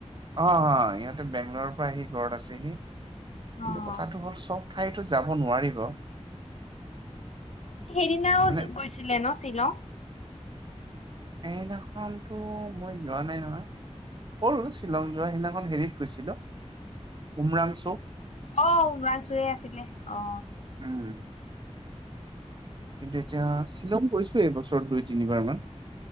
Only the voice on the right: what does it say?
অ', অ', ইহঁতে বেংগলৰ পৰা আহি ঘৰত আছেহি কিন্তু
কথাটো হ'ল চব ঠায়েতো যাব নোৱাৰিব
মানে
সেইনাখনটো মই যোৱা নাই নহয়। <unintelligible> শ্বিলং যোৱা সেইদিনাখন হেৰিত গৈছিলোঁ উমৰাংচো।
উম, কিন্তু এতিয়া শ্বিলং গৈছোঁ এইবছৰ দুই, তিনিবাৰমান।